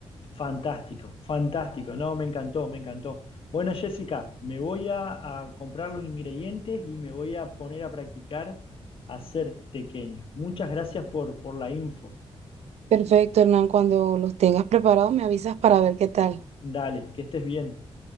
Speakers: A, on the left; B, on the right.
A: Fantástico, fantástico. No, me encantó, me encantó. Bueno, Jessica, me voy a, a comprar los ingredientes y me voy a poner a practicar a hacer tequeño. Muchas gracias por, por la info.
B: Perfecto, Hernán. Cuando los tengas preparados, me avisas para ver qué tal.
A: Dale, que estés bien.